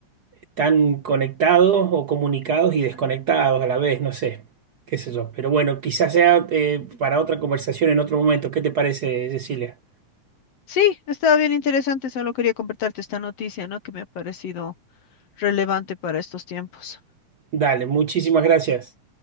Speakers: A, on the right; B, on the left.
A: tan conectados o comunicados y desconectados a la vez, no sé, qué sé yo. Pero bueno, quizás sea eh, para otra conversación en otro momento. ¿Qué te parece, Cecilia?
B: Sí, ha estado bien interesante, solo quería compartirte esta noticia, ¿no? Que me ha parecido relevante para estos tiempos.
A: Dale, muchísimas gracias.